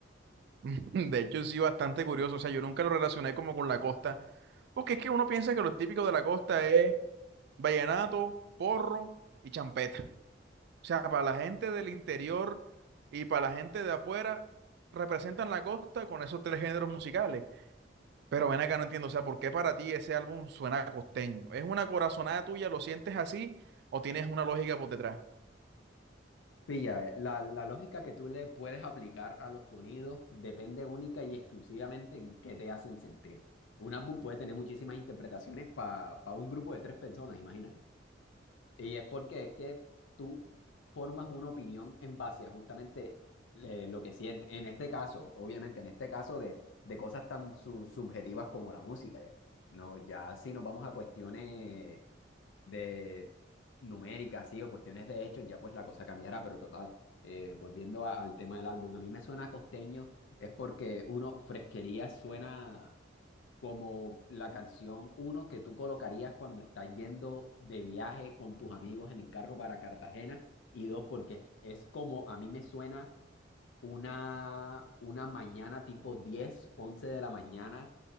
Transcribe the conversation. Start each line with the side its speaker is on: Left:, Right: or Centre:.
Right: <laughs> De hecho, sí, bastante curioso. O sea, yo nunca lo relacioné como con la costa, porque es que uno piensa que lo típico de la costa es vallenato, porro y champeta. O sea, para la gente del interior y para la gente de afuera, representan la costa con esos tres géneros musicales. Pero ven acá, no entiendo. O sea, ¿por qué para ti ese álbum suena costeño? ¿Es una corazonada tuya? ¿Lo sientes así? ¿O tienes una lógica por detrás?
Left: Pilla, eh, la, la lógica que tú le puedes aplicar a los sonidos depende única y exclusivamente en qué te hacen sentir. Un álbum puede tener muchísimas interpretaciones para un grupo de tres personas, imagínate. Y es porque es que tú formas una opinión en base a justamente eh, lo que sientes. En este caso, obviamente, en este caso de, de cosas tan su- subjetivas como la música, ¿ya? No, ya si nos vamos a cuestiones de numéricas, sí, o cuestiones de hechos, ya pues la cosa cambiará, pero total, eh, volviendo a- al tema del álbum, a mí me suena costeño, es porque uno, Fresquería suena como la canción uno que tú colocarías cuando estás yendo de viaje con tus amigos en el carro para Cartagena, y dos, porque es, es como a mí me suena una, una mañana tipo 10 11 de la mañana,